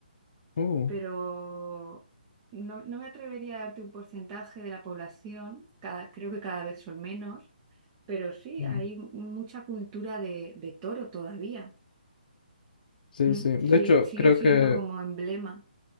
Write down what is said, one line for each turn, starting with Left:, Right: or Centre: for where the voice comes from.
Left: Uh,
Right: Pero no, no me atrevería a darte un porcentaje de la población, cada- creo que cada vez son menos, pero sí,
Left: mm.
Right: hay mucha cultura de, de toro todavía.
Left: Sí,
Right: Mm,
Left: sí. De
Right: Sí,
Left: hecho,
Right: sigue
Left: creo
Right: siendo
Left: que,
Right: como emblema.